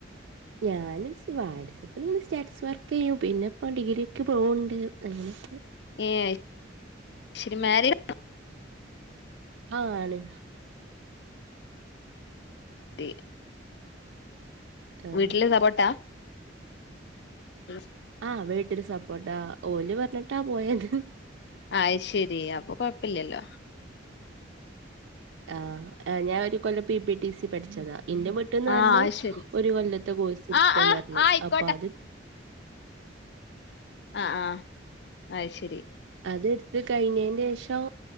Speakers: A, on the right; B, on the left.
A: ഞാൻ സ് വാട്സ്ആപ്പ് ചിലപ്പോൾ ഇങ്ങനെ സ്റ്റാറ്റസ് വർക്ക് ചെയ്യും പിന്നെ ഇപ്പൾ ഡിഗ്രിയ ഒക്കെ പോകുന്നുണ്ട് അങ്ങനെയൊക്കെ
B: ഏഹ് ശരി മാരീഡ് ആണോ?
A: ആഹ് ആണ്.
B: <inaudible>
A: ആഹ്
B: വീട്ടില് കപട്ടാ <inaudible>
A: ആഹ് വീട്ടിൽ സപ്പോർട്ടാ ഓല് പറഞ്ഞിട്ടാ പോയത്-
B: അയ് ശരി അപ്പൊ കൊഴപ്പില്ലല്ലോ?
A: ആ ഞാന ഒരു കൊല്ലം പി പി ടി സി പഠിച്ചതാ എന്റെ വിട്ട് ന്ന്
B: ആഹ്
A: പറഞ്ഞ്
B: അയ്ശരി
A: ഒരു കൊല്ലത്തെ കോഴ്സ് എടുക്കാൻ
B: ആഹ് ആഹ്
A: പറഞ്ഞ്
B: ആയിക്കോട്ടെ
A: അപ്പൊ അത്
B: ആഹ് ആഹ് അയ്ശരി
A: അത് എടുത്ത് കഴിഞ്ഞിന്റെ ശേഷം